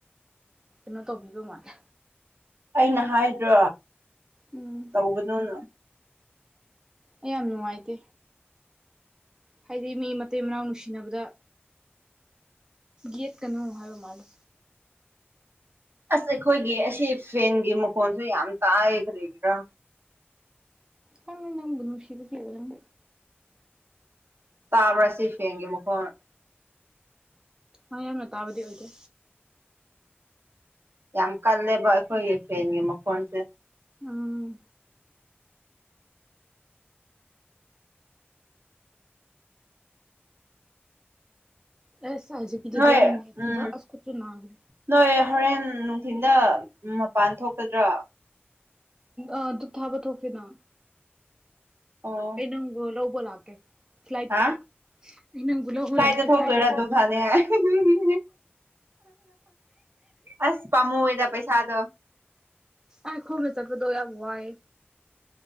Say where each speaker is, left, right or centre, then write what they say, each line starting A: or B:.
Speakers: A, on the right (about 15°); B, on the right (about 65°).
A: ꯀꯩꯅꯣ ꯇꯧꯕꯤꯗꯧ ꯃꯥꯜꯂꯦ
B: ꯑꯩꯅ ꯍꯥꯏꯗ꯭ꯔꯣ
A: ꯎꯝ
B: ꯇꯧꯒꯅꯨꯅ
A: ꯑꯩ ꯌꯥꯝ ꯅꯨꯡꯉꯥꯏꯇꯦ ꯍꯥꯏꯗꯤ ꯃꯤ ꯃꯇꯩ ꯃꯅꯥꯎ ꯅꯨꯡꯁꯤꯅꯕꯗ ꯌꯦꯠꯀꯅꯨ ꯍꯥꯏꯕ ꯃꯥꯜꯂꯦ
B: ꯑꯁ ꯑꯩꯈꯣꯏꯒꯤ ꯑꯁꯤ ꯐꯦꯟꯒꯤ ꯃꯈꯣꯟꯁꯨ ꯌꯥꯝ ꯇꯥꯏ ꯀꯔꯤꯒꯤꯔꯥ
A: ꯈꯪꯗꯦ ꯅꯪꯕꯨ ꯅꯨꯡꯁꯤꯕ ꯀꯦꯕ ꯅꯪ
B: ꯇꯥꯕ꯭ꯔꯥ ꯁꯤ ꯐꯦꯡꯒꯦ ꯃꯈꯣꯟ
A: ꯑꯣꯏ ꯌꯥꯝꯅ ꯇꯥꯕꯗꯤ ꯑꯣꯏꯗꯦ
B: ꯌꯥꯝ ꯀꯜꯂꯦꯕ ꯑꯩꯈꯣꯏꯒꯤ ꯐꯦꯟꯒꯤ ꯃꯈꯣꯟꯁꯦ
A: ꯎꯝ ꯑꯦꯁ ꯍꯧꯖꯤꯛꯒꯤꯗꯨꯗꯤ
B: ꯅꯣꯏ
A: ꯌꯥꯝ ꯅꯨꯡꯉꯥꯏꯇꯦꯗ
B: ꯎꯝ
A: ꯑꯁ ꯈꯨꯠꯁꯨ ꯅꯥꯔꯦ
B: ꯅꯣꯏ ꯍꯣꯔꯦꯟ ꯅꯨꯡꯊꯤꯟꯗ ꯃꯄꯥꯟ ꯊꯣꯛꯀꯗ꯭ꯔꯥ
A: ꯑ ꯗꯨꯛ ꯊꯥꯕ ꯊꯣꯛꯀꯦꯅꯣ
B: ꯑꯣ
A: ꯑꯩ ꯅꯪꯕꯨ ꯂꯧꯕ ꯂꯥꯛꯀꯦ ꯐ꯭ꯂꯥꯏꯠ
B: ꯍꯥ
A: ꯇ ꯑꯩ ꯅꯪꯕꯨ ꯂꯧꯕ
B: ꯀꯥꯏꯗ
A: ꯂꯥꯛꯀꯦ
B: ꯊꯣꯛꯇꯣꯏꯔꯥ
A: ꯐ꯭ꯂꯥꯏꯠ
B: ꯑꯗꯨ ꯊꯥꯅꯤꯡꯉꯥꯏ ꯑꯁ ꯄꯥꯝꯃꯨꯏꯌꯦꯗ ꯄꯩꯁꯥꯗꯣ
A: ꯑ ꯈꯣꯡꯅ ꯆꯠꯄꯗꯣ ꯌꯥꯝ ꯋꯥꯏꯌꯦ